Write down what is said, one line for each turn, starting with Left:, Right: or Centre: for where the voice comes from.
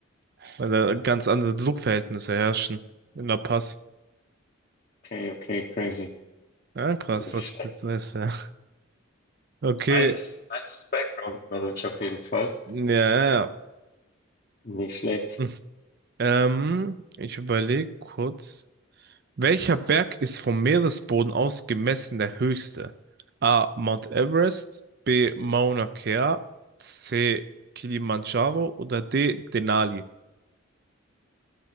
Right: weil da ganz andere Druckverhältnisse herrschen in La Paz.
Left: Okay, okay, crazy.
Right: Ja, krass,
Left: Nicht
Right: das,
Left: schlecht.
Right: das weiß ja. Okay,
Left: Nice, nice Background Knowledge auf jeden Fall.
Right: ja, ja.
Left: Nicht schlecht.
Right: ja. Ähm, ich überlege kurz. Welcher Berg ist vom Meeresboden aus gemessen der höchste? A. Mount Everest, B. Mauna Kea, C. Kilimanjaro oder D. Denali?